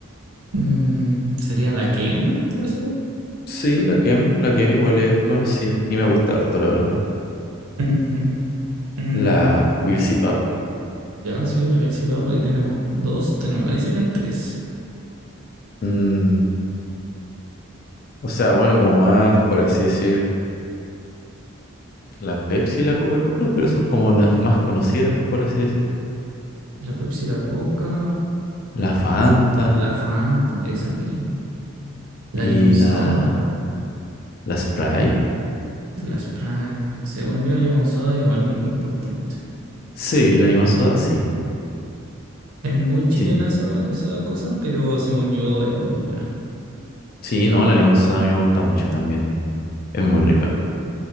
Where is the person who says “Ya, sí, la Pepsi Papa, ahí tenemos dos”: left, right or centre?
Right